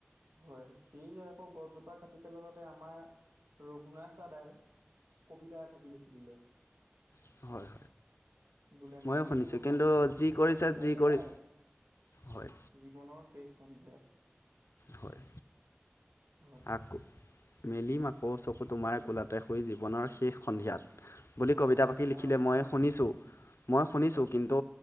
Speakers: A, on the right; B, on the left.
A: হয়, সি আকৌ গছজোপা কাটি পেলালে তে আমাৰ ৰঘুনাথ দাদাই কবিতাই এফাঁকি লিখি দিলে।
B: সি ই ই হয়।
A: বোলে
B: ময়ো
A: মেলিলোঁ
B: শুনিছোঁ
A: প্ৰথম
B: কিন্তু
A: চকু
B: যি
A: তোমাৰ
B: কৰিছে
A: কোলাতে
B: যি কৰি
A: আই
B: হয়
A: জীৱনৰ শেষ সন্ধিয়াত।
B: হয়।
A: হয়।
B: আকৌ, মেলিম আকৌ চকু তোমাৰ কোলাতে শুই জীৱনৰ শেষ সন্ধিয়াত। বুলি
A: অ
B: কবিতা
A: হয়
B: ফাঁকি লিখিলে
A: অকনমান
B: মই শুনিছোঁ, মই শুনিছোঁ,
A: হয়
B: কিন ত'